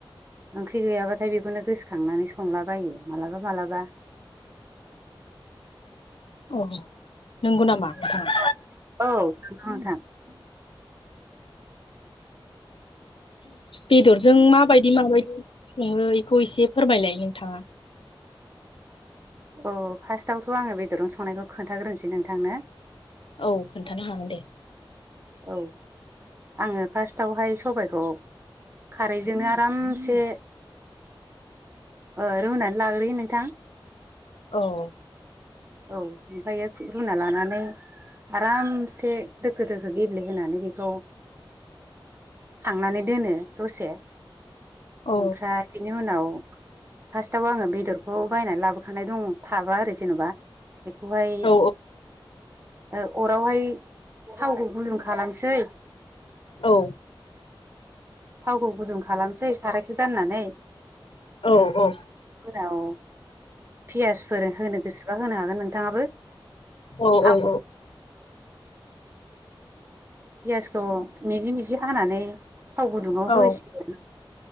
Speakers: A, on the right (about 25°); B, on the left (about 80°).
A: ओंख्रि गैयाबाथाय बेखौनो गोसोखांनानै संलाबायो मालाबा मालाबा
B: अ नंगौ नामा? नोंथाङा
A: औ नोंगौ नोंथां
B: बेदरजों माबादि माबायदि सङो बेखौ एसे फोरमायलाय नोंथाङा
A: औ फार्स्टआवथ' आङो बेदरन संनायखौ खोन्थाग्रोनोसै नोंथांनो
B: औ खोन्थानो हागोन दे
A: औ आङो फार्स्टआवहाय सबाइखौ खारैजोंनो आरामसे ओ रुनानै लाग्रोयो नोंथां
B: औ
A: औ ओमफ्रायायो रुना लानानै आरामसे दोखो दोखो गेब्लेहोनानै बेखौ खांनानै दोनो दसे
B: औ
A: ओमफ्राय बेनि उनाव फार्स्टआव आङो बेदरखौ बायनानै लाबोखानाय दङ थाबा आरो जेन'बा बेखौहाय
B: औ
A: अरावहाय थावखौ गुलुं खालामसै
B: औ
A: थावखौ गुदुं खालामसै सारायखौ जाननानै
B: औ औ
A: नाव पियासफोर होनो गोसोबा होनो हागोन नोंथाङाबो
B: औ -औ
A: आं पियासखौ मिजि मिजि हानानै थाव गुदुङाव
B: औ
A: होसिगोन।